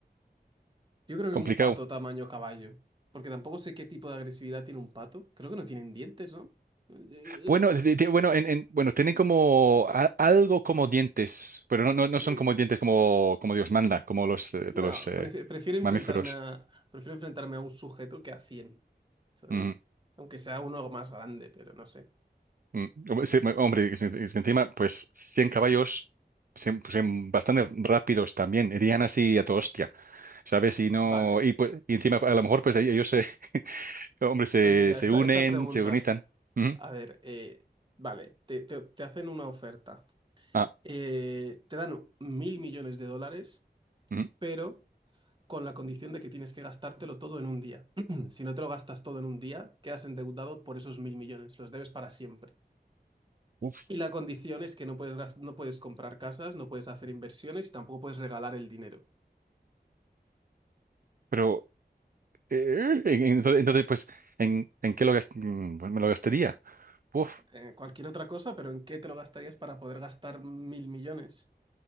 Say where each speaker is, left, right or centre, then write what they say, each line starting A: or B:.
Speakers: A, on the right; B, on the right.
A: yo creo
B: complicado.
A: que un pato tamaño caballo, porque tampoco sé qué tipo de agresividad tiene un pato, creo que no tienen dientes, ¿no? Eh,
B: Bueno, de- de- bueno, en- en- bueno, tienen como a- algo como dientes, pero no,
A: Sí,
B: no, no son como dientes como, como Dios manda, como los
A: no,
B: eh, de los eh,
A: prefi- prefiero enfrentarme
B: mamíferos.
A: a, prefiero enfrentarme a un sujeto que a cien ¿sabes?
B: Mm,
A: Aunque sea uno más grande, pero no sé.
B: mm. Hom- sí, me- hombre, es, es que encima, pues 100 caballos, se- pues, em, bastante rápidos también, irían así a toda hostia, ¿sabes? Y
A: Vale,
B: no, y, pues, y encima a lo mejor pues ahí ellos, se, <laughs> hombre, se,
A: pues mira,
B: se
A: esta,
B: unen,
A: esta pregunta,
B: se organizan. Ujú.
A: a ver, eh, vale, te, te te hacen una oferta.
B: Ah,
A: eh, te dan mil millones de dólares,
B: ujú.
A: pero con la condición de que tienes que gastártelo todo en un día. <clears throat> Si no te lo gastas todo en un día, quedas endeudado por esos mil millones, los debes para siempre.
B: Uf,
A: Y la condición es que no puedes, gas- no puedes comprar casas, no puedes hacer inversiones y tampoco puedes regalar el dinero.
B: pero eh, en- en- entonces, pues, ¿en, en qué lo gast- mm, bueno, me lo gastaría? Uf.
A: Eh, cualquier otra cosa, pero ¿en qué te lo gastarías para poder gastar mil millones?